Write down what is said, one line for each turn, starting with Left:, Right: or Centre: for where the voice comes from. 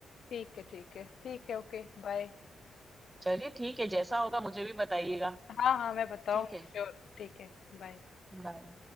Left: ठीक है ठीक है ठीक है ओके बाय
Right: चलिए ठीक है जैसा होगा मुझे भी बताइएगा
Left: हाँ, हाँ, मैं बताऊँगी
Right: ठीक है
Left: श्योर ठीक है, बाय।
Right: बाय